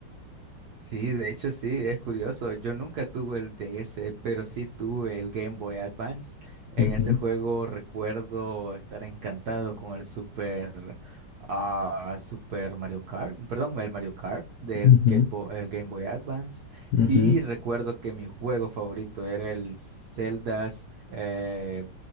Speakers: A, on the right; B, on the left.
A: Sí, de hecho sí, es curioso. Yo nunca tuve el DS, pero sí tuve el Game Boy Advance. En
B: Ujú.
A: ese juego recuerdo estar encantado con el Super, ah, Super Mario Kart, perdón, el Mario Kart del
B: Ujú,
A: Get Bo- el Game Boy Advance.
B: ujú.
A: Y recuerdo que mi juego favorito era el Zelda's eh,